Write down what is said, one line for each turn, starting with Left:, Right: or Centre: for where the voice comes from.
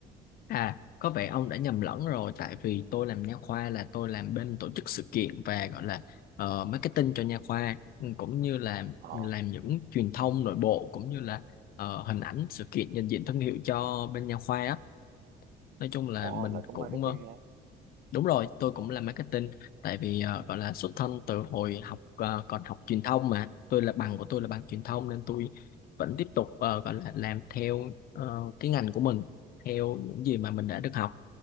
Left: À, có vẻ ông đã nhầm lẫn rồi tại vì tôi làm nha khoa là tôi làm bên tổ chức sự kiện và gọi là ờ, marketing cho nha khoa ừ, cũng như là
Right: ờ
Left: làm những truyền thông nội bộ cũng như là ờ, hình ảnh sự kiện nhận diện thương hiệu cho bên nha khoa á. Nói chung là
Right: Ồ,
Left: mình
Right: là cũng
Left: cũng
Right: marketing
Left: ờ,
Right: mà.
Left: Đúng rồi, tôi cũng làm marketing tại vì ờ, gọi là xuất thân từ hồi học ờ, còn học truyền thông mà tôi là bằng của tôi là bằng truyền thông nên tôi vẫn tiếp tục ờ, gọi là làm theo ờ, cái ngành của mình theo những gì mà mình đã được học